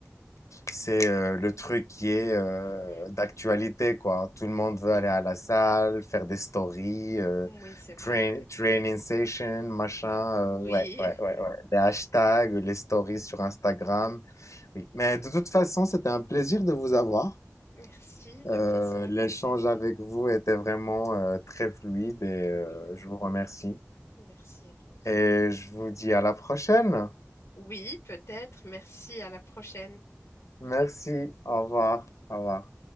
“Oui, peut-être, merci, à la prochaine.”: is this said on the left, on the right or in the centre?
Left